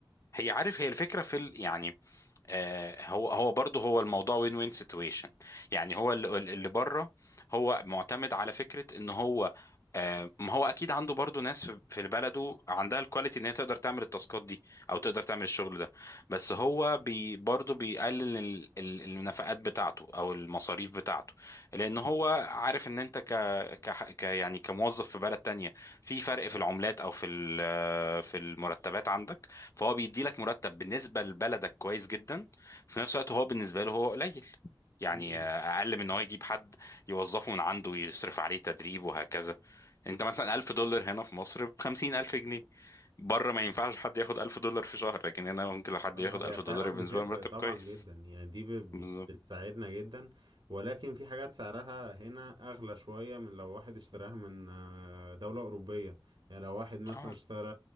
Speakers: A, on the left (about 35°); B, on the right (about 60°).
A: هي عارف هي الفكره في ال... يعني آه، هو هو برضه هو الموضوع وين وين سيتويشن يعني هو اللي, اللي بره هو معتمد على فكره ان هو آه، ما هو اكيد عنده برضه ناس في في بلده عندها الكواليتي ان هي تقدر تعمل التاسكات دي او تقدر تعمل الشغل ده بس هو بي برضه بيقلل ال- ال- النفقات بتاعته او المصاريف بتاعته لان هو عارف ان انت ك, ك, ك يعني كموظف في بلد تانية في فرق في العملات او في ال- آه، في المرتبات عندك فهو بيدي لك مرتب بالنسبه لبلدك كويس جدا في نفس الوقت هو بالنسبه له هو قليل يعني
B: امم
A: آه، اقل من ان هو يجيب حد يوظفه من عنده يصرف عليه تدريب وهكذا انت مثلا 1000 دولار هنا في مصر ب 50000 جنيه بره ما ينفعش حد ياخد 1000 دولار في شهر لكن هنا ممكن لو حد
B: اه
A: ياخد 1000
B: هي فعلا
A: دولار بالنسبه
B: بتفرق
A: له مرتب
B: طبعا
A: كويس
B: جدا يعني دي بت-
A: بالظبط
B: بت- بتساعدنا جدا ولكن في حاجات سعرها هنا اغلى شوية من لو واحد اشتراها من آه، دولة اوروبية يعني لو واحد مثلا
A: اه
B: اشترى